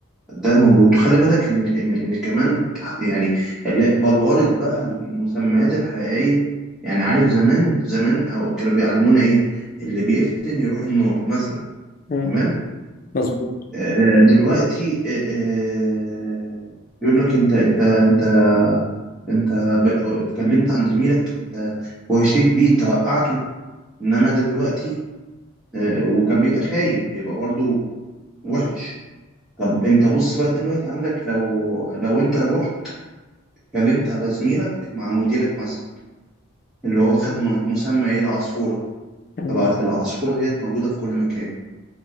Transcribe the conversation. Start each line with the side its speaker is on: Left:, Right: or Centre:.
Centre: ده موجود خلي بالك إن إن إن كمان يعني اللي بلورت بقى المسميات الحقيقية يعني عارف زمان زمان أو كانوا بيعلمونا إيه اللي بيفتن يروح النار مثلا
Left: مم.
Centre: تمام
Left: مظبوط
Centre: آه، دلوقتي آه، آه، يقول لك انت انت انت انت ب- اتكلمت عن زميلك انت وهشيت بيه انت وقعته انما دلوقتي آه، وكان بيبقى خاين بيبقى برضو وحش طب انت بص بقى دلوقتي عندك لو لو انت رحت اتكلمت على زميلك مع مديرك مثلا اللي هو خد م- مسمى ايه العصفورة
Left: مم.
Centre: طبعا العصفورة ديت موجودة في كل مكان